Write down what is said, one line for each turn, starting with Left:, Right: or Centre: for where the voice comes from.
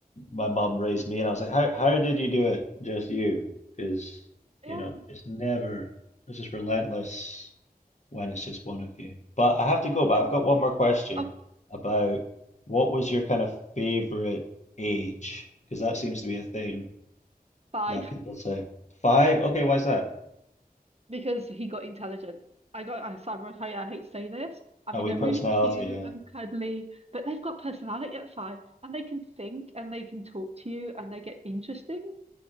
Left: my mum raised me, and I was like, how, how did you do it? Just you. Because,
Right: yeah.
Left: you know, it's never, it's just relentless when it's just one of you. But I have to go, but
Right: Think,
Left: I've got one more question
Right: oh
Left: about what was your kind of favorite age? Because that seems to be a thing.
Right: five
Left: that people say. Five? Okay, why is that?
Right: because he got intelligent. I got I, Simon, I, I hate to say this. I
Left: A
Right: mean,
Left: wee
Right: they're
Left: personality,
Right: really cute
Left: yeah.
Right: and cuddly, but they've got personality at five, and they can think and they can talk to you and they get interesting.